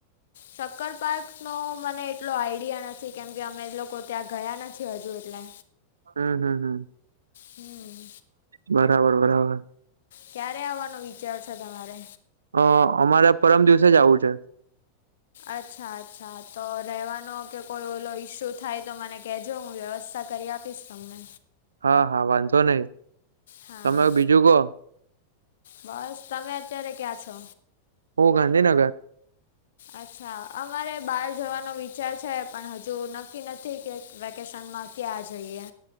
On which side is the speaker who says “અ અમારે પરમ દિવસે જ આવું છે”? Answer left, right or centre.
Right